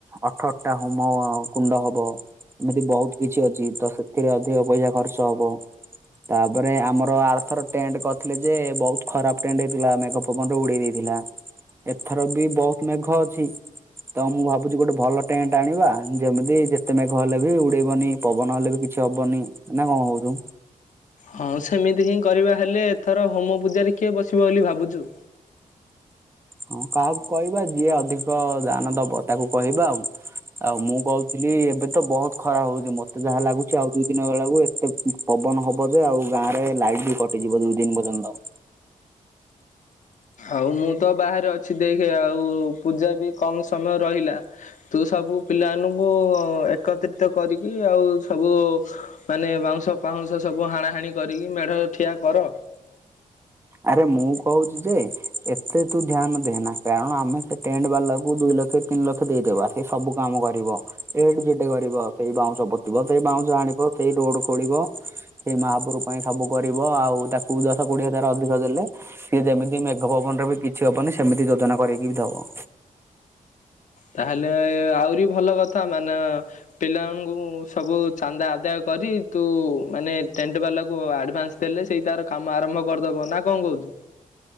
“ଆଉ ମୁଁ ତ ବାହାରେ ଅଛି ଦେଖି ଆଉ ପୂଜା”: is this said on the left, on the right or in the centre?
Left